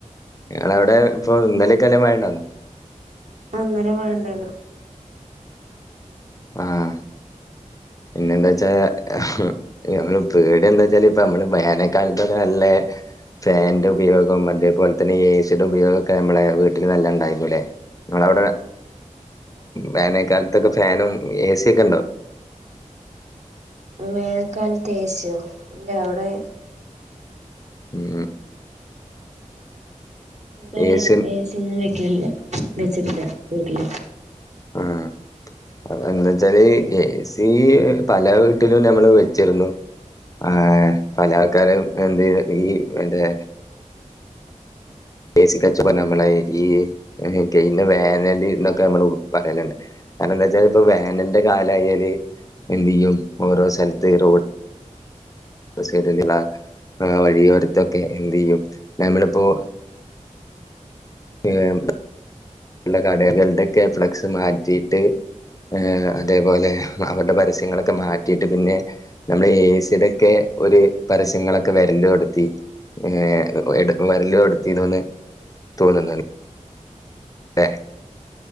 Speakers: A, on the left (about 25°); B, on the right (about 60°).
A: ഞങ്ങളവിടെ ഇപ്പൊ ഇന്നലെക്കെ നല്ല മഴയുണ്ടാന്നോ
B: അന്നെലെ മഴണ്ടായിരുന്നു.
A: ആഹ് പിന്നെന്താ വെച്ചാ ആഹ് ഞങ്ങള് പേടി എന്താ വെച്ചാല് ഇപ്പ നമ്മള് വേനക്കാലത്തൊക്കെ നല്ലേ ഫാന്റെ ഉപയോഗം അതേപോലെ തന്നെ എ സിയുടെ ഉപയോഗം ഒക്കെ നമ്മളെ വീട്ടില് നല്ല ഉണ്ടായന്ന്ല്ലേ നമ്മളവിടെ വേനക്കാലത്തൊക്കെ ഫാനും എ ഏ സി ഒക്കെ ഉണ്ടോ?
B: വേനൽക്കാലത്ത് എ സി ഇല്ല അവിടെ
A: ഉം
B: ഇവിടെ വേന
A: ഏസ്യൻ
B: ഏ സി ഒന്നും വെക്കില്ല വെച്ചിട്ടില്ല വീട്ടില്
A: ഉം എന്താ വച്ചാല് എഏ സി പല വീട്ടിലും ഞമ്മള് വെച്ചിരുന്നു ആഹ് പല ആൾക്കാരും എന്ത് ഈ മറ്റേ ഏ സി കച്ചവടം നമ്മളെ ഈ കഴിഞ്ഞ വേനല് എന്നൊക്കെ നമ്മള് പറയലുണ്ട് കാരണം എന്താ വച്ചാൽ ഇപ്പോ വേനലിന്റെ കാലം ആയാല് എന്ത് ചെയ്യും ഓരോ സ്ഥലത്ത് റോ ഡ്‌ സൈഡിലുള്ള വഴിയോരത്തൊക്കെ എന്ത് ചെയ്യും നമ്മളിപ്പോ <unintelligible> ഉള്ള കടകളുടെക്കെ ഫ്ലക്സ് മാറ്റിയിട്ട് ഏ അതേപോലെ അവരുടെ പരസ്യങ്ങളൊക്കെ മാറ്റിയിട്ട് പിന്നെ നമ്മള് ഏ സിടെക്കെ ഒരു പരസ്യങ്ങളൊക്കെ വരല് <unintelligible> ഏ വരല് എടുത്തിതോന്ന് തോന്നുന്നാണ് ഏ